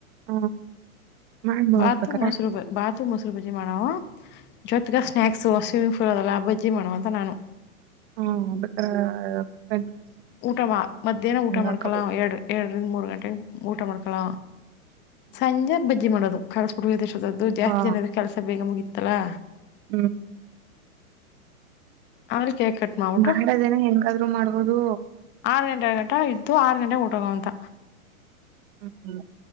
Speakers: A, on the right (about 40°); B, on the left (about 25°).
A: ಹಾ ಮಾಡ ನೋಡ್ಬೇಕಾರ
B: ಬಾತು ಮೊಸರು ಬ ಬಾತು ಮೊಸರು ಬಜ್ಜಿ ಮಾಡವ ಜೊತ್ಗ ಸ್ನಾಕ್ಸ್ ಸ್ವಿಮ್ಮಿಂಗ್ ಪಫೂಲ್ ಅದೆಲ್ಲ ಬಜ್ಜಿ ಮಾಡವ ಅಂತ ನಾನು
A: ಹ್ಮ್ ಅಕ
B: ಊಟ ಮಾ ಮಧ್ಯಾಹ್ನ ಊಟ ಮಾಡ್ಕಳ
A: ಹಾಕೋಬಹುದು
B: ಎರಡ್ ಎರಡರಿಂದ ಮೂರು ಗಂಟೆಗೆ ಊಟ ಮಾಡ್ಕಳ ಸಂಜೆ ಬಜ್ಜಿ ಮಾಡೋದು ಕರ್ಸ್ ಬಿಯಾಡಿಶ್ಟ್ ಅದು ಜಾಸ್ತಿ
A: ಹ
B: ಜನ ಇದ್ರೆ ಕೆಲಸ ಬೇಗ ಮುಗಿತಾಧ್ ತಲಾ
A: ಹ್ಮ್
B: ಅವ್ರಿಗ್ ಕೇಕ್ ಕಟ್ ಮಾಡ್ಬಿಟ್ಟು
A: ಮಾಡದೇನ ಹೆಂಗಾದ್ರು ಮಾಡ್ಬೋದು
B: ಆರು ಗಂಟೆ ಗಂಟ ಇದ್ದು ಆರು ಗಂಟೆ ಪ್ರಗಂತ
A: ಹ ಹ್ಮ